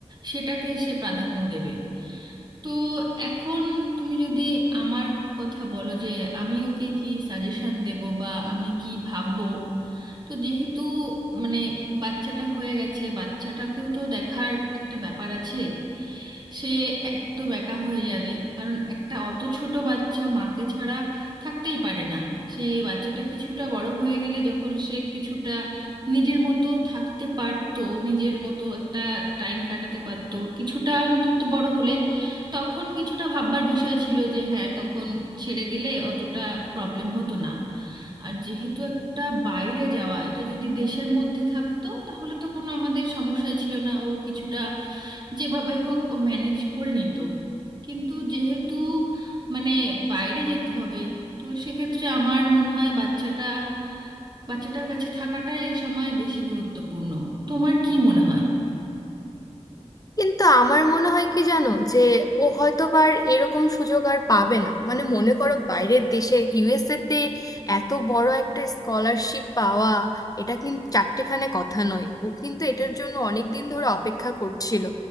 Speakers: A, on the right; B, on the left.
A: সেটাকে সে প্রাধান্য দেবে তো এখন তুমি যদি আমার কথা বলো যে আমি ওকে কি সাজেশন দেব বা আমি কি ভাববো তো যেহেতু মানে বাচ্চাটা হয়ে গেছে বাচ্চাটাকেও তো দেখার একটা ব্যাপার আছে সে একদম একা হয়ে যাবে কারণ একটা অত ছোট বাচ্চা মাকে ছাড়া থাকতেই পারে না সে বাচ্চাটা কিছুটা বড় হয়ে গেলে যখন সে কিছুটা নিজের মতো থাকতে পারতো নিজের মতো একটা টাইম কাটাতে পারতো কিছুটা অন্তত বড় হলে তখন কিছুটা ভাববার বিষয় ছিল যে হ্যাঁ তখন ছেড়ে গেলে অতটা প্রবলেম হতো না আর যেহেতু টা বাইরে যাওয়া এটা যদি দেশের মধ্যে থাকতো তাহলে তো কোনো আমাদের সমস্যাই ছিল না ও কিছুটা যেভাবে হোক ও ম্যানেজ করে নিত কিন্তু যেহেতু মানে বাইরে যেতে হবে তো সেক্ষেত্রে আমার মনে হয় বাচ্চাটা বাচ্চাটার কাছে থাকাটাই এ সময় বেশি গুরুত্বপূর্ণ তোমার কি মনে হয়
B: কিন্তু আমার মনে হয় কি জানো যে ও হয়তোবার এরকম সুযোগ আর পাবে না মানে মনে করো বাইরের দেশে ইউএসএ তে এত বড় একটা স্কলারশিপ পাওয়া এটা কিন্তু চারটেখানে কথা নয় ও কিন্তু এটার জন্য অনেক দিন ধরে অপেক্ষা করছিল